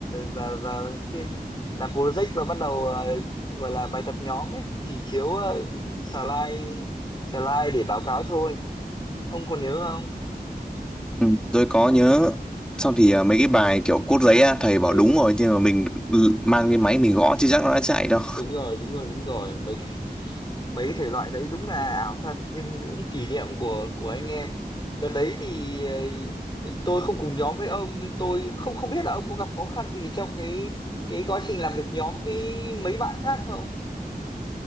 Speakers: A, on the left; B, in the centre.
A: và và trên làm project và bắt đầu ờ, gọi là bài tập nhóm ấy trình chiếu ờ, slide slide để báo cáo thôi ông còn nhớ không
B: <laughs> ừ, tôi có nhớ xong thì à, mấy cái bài kiểu cốt giấy á thầy bảo
A: ừ
B: đúng rồi nhưng mà mình l- mang cái máy mình gõ chứ chắc nó đã chạy đâu
A: đúng rồi đúng rồi đúng rồi mấy mấy thể loại đấy đúng là ảo thật nhưng cũng kỷ niệm của của anh em đợt đấy thì ờ, tôi không cùng nhóm với ông nhưng tôi không không biết là ông có gặp khó khăn gì trong cái cái quá trình làm việc nhóm với mấy bạn khác không